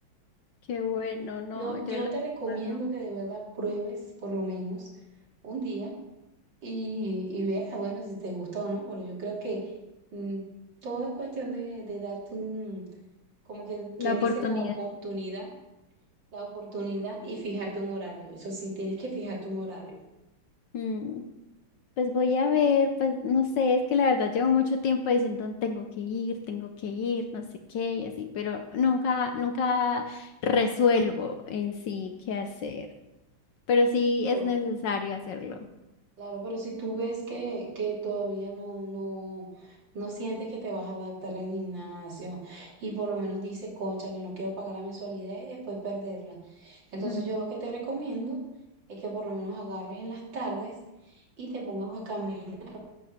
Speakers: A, on the left; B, on the right.
A: Qué bueno, no,
B: Yo, yo
A: yo la
B: te recomiendo
A: verdad no.
B: que de verdad pruebes por lo menos un día y, y veas, bueno, si te gusta o no, pero yo creo que mm, todo es cuestión de, de darte un, como que
A: la
B: quien
A: oportunidad.
B: dice la oportunidad, la oportunidad y fijarte un horario. Eso sí, tienes que fijarte un horario.
A: Mm, Pues voy a ver, pues no sé, es que la verdad llevo mucho tiempo diciendo tengo que ir, tengo que ir, no sé qué y así, pero nunca, nunca resuelvo en sí qué hacer, pero sí
B: Pero
A: es necesario hacerlo.
B: Claro, pero si tú ves que, que todavía no, no, no sientes que te vas a adaptar al gimnasio y por lo menos dices, cónchale, no quiero pagar la mensualidad y después perderla. Entonces
A: Mm.
B: yo lo que te recomiendo es que por lo menos agarres en las tardes y te pongas a caminar,